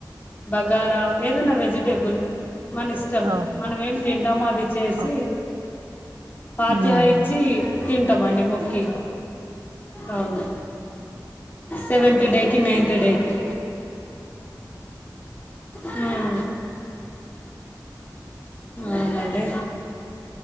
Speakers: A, on the left; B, on the right.
A: బగార ఏదన్నా వెజిటేబుల్ మన ఇష్టం
B: ఆహా
A: మనం ఏం తింటామో అది చేసి
B: ఆ,
A: <unintelligible>
B: ఉహు.
A: ఇచ్చి తింటాం అండి మొక్కి అవును సెవెంత్ డేకి నైన్త్ డే కి హు అవునండి